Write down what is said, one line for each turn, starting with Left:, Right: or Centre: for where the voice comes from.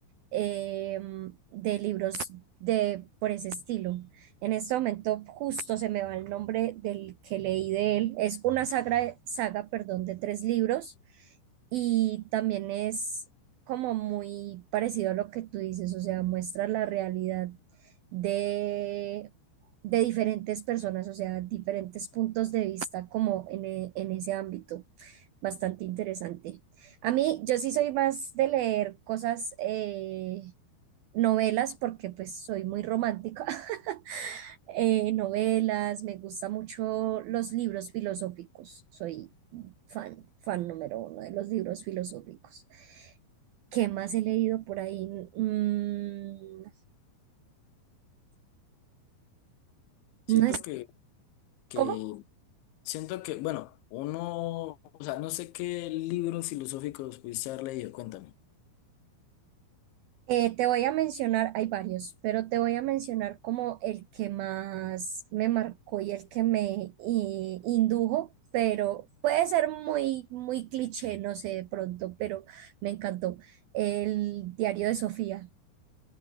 Right: eh, de libros de, por ese estilo. En este momento justo se me va el nombre del que leí de él. Es una sagra, saga, perdón, de tres libros y también es como muy parecido a lo que tú dices, o sea, muestra la realidad de, de diferentes personas, o sea, diferentes puntos de vista como en, e- en ese ámbito. Bastante interesante. A mí, yo sí soy más de leer cosas, eh, novelas, porque pues soy muy romántica. <laughs> Eh, novelas, me gustan mucho los libros filosóficos. Soy fan, fan número uno de los libros filosóficos. ¿Qué más he leído por ahí? Mm,
Left: Siento
Right: no es,
Left: que, que,
Right: ¿cómo?
Left: siento que, bueno, uno, o sea, no sé qué libros filosóficos pudiste haber leído, cuéntame.
Right: Eh, te voy a mencionar, hay varios, pero te voy a mencionar como el que más me marcó y el que me eh, indujo, pero puede ser muy, muy cliché, no sé, de pronto, pero me encantó. El diario de Sofía.